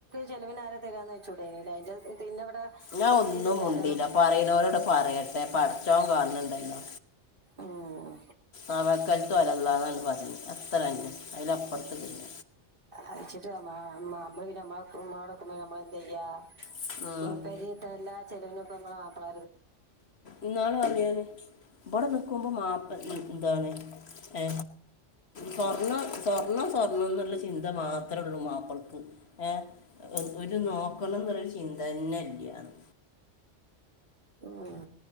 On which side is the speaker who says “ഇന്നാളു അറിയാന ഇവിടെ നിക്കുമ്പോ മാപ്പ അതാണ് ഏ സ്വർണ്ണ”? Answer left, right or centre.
Left